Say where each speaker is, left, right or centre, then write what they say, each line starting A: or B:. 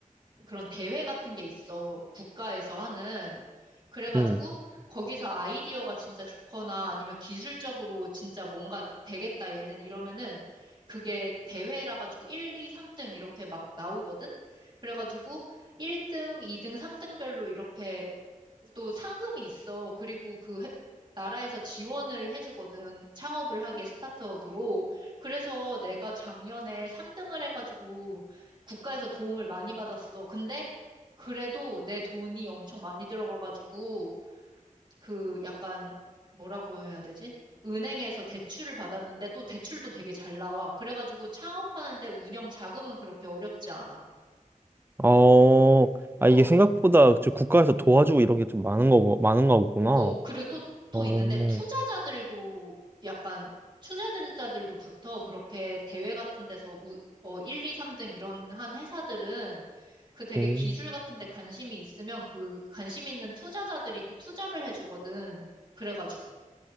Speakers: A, on the right; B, on the right.
A: 그런 대회 같은 게 있어. 국가에서 하는. 그래가지고
B: 응.
A: 거기서 아이디어가 진짜 좋거나 아니면 기술적으로 진짜 뭔가 되겠다 얘는 이러면은 그게 대회라 가지고 1, 2, 3등 이렇게 막 나오거든? 그래가지고 1등, 2등, 3등별로 이렇게 또 상금이 있어. 그리고 그 해- 나라에서 지원을 해주거든. 창업을 하게 스타트업으로. 그래서 내가 작년에 3등을 해가지고 국가에서 도움을 많이 받았어. 근데 그래도 내 돈이 엄청 많이 들어가가지고 그 약간 뭐라고 해야 되지? 은행에서 대출을 받았는데 또 대출도 되게 잘 나와. 그래가지고 창업하는데 운영 자금은 그렇게 어렵지 않아.
B: 어, 아,
A: 어.
B: 이게 생각보다 저 국가에서 도와주고 이런 게 좀 많은 거, 많은가 보구나.
A: 어, 그리고 또, 또
B: 어,
A: 있는데, 투자자들도 약간, 투자자들도 붙어 그렇게 대회 같은 데서 우, 어, 1, 2, 3등 이런 한 회사들은 그 되게
B: 오.
A: 기술 같은 데 관심이 있으면 그 관심 있는 투자자들이 또 투자를 해주거든. 그래가지고.